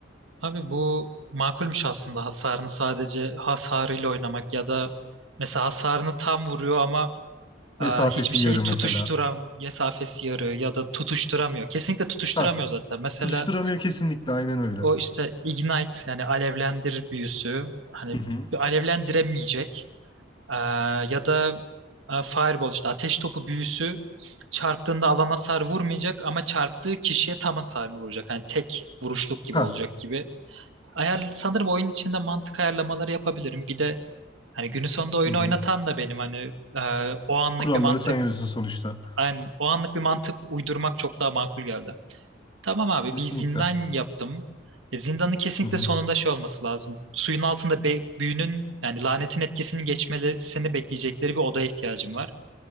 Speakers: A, on the right; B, on the left.
A: Abi bu makulmüş aslında hasarını sadece hasarıyla oynamak ya da mesela hasarını tam vuruyor ama Aa,
B: Mesafesi
A: hiçbir şeyi
B: yarı
A: tutuşturam
B: mesela.
A: mesafesi yarı ya da tutuşturamıyor. Kesinlikle tutuşturamıyor
B: Hah.
A: zaten. Mesela
B: Tutuşturamıyor kesinlikle aynen öyle.
A: o işte ignite yani alevlendir büyüsü hani
B: Hı hı.
A: alevlendiremeyecek. Aa, ya da aa, fireball işte ateş topu büyüsü çarptığında alana hasar vurmayacak ama çarptığı kişiye tam hasarını vuracak. Hani tek vuruşluk gibi
B: Hah.
A: olacak gibi. Ayar, sanırım oyun içinde mantık ayarlamaları yapabilirim. Bir de hani günün sonunda oyunu
B: Hı hı.
A: oynatan da benim hani e, o anlık
B: Kuralları
A: bir mantık
B: sen yazıyorsun sonuçta.
A: Aynen. O anlık bir mantık uydurmak çok daha makul geldi. Tamam abi
B: Kesinlikle.
A: bir zindan yaptım. E, zindanın kesinlikle
B: Hı hı.
A: sonunda şey olması lazım. Suyun altında be- büyünün yani lanetin etkisini geçmesini bekleyecekleri bir odaya ihtiyacım var.